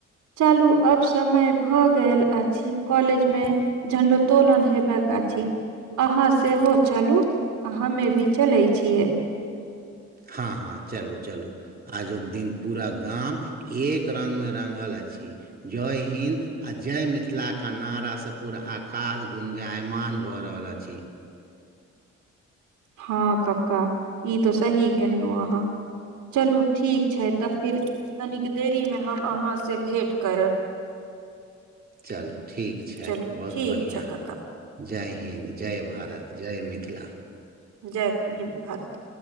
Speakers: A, on the right; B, on the right.
A: चालू अब समय भए गेल अछि कॉलेज मे झंडोतोलन हेबा क छी अहाँ सेहो चलु हमे भी चले छियै
B: हँ हँ चलू, चलू आजुक दिन पूरा गांम एक रंग मे रांगल अछि जोय हिन्द आ जय मिथिला कऽ नारा स पूरा आकाश गुंजायमान भऽ रहल अछी
A: हँ कक्का, ई तो सही कहेनौ अहाँ चलू ठीक छै तऽ फेर कनिक देरी मे हम अहाँ से भेंट करब
B: चल ठीक छै,
A: चलू
B: बहुत
A: ठीक
B: बढ़िआं।
A: छै कक्का,
B: जय हिन्द जय भारत, जय मिथिला
A: जयक हिन्द, भारत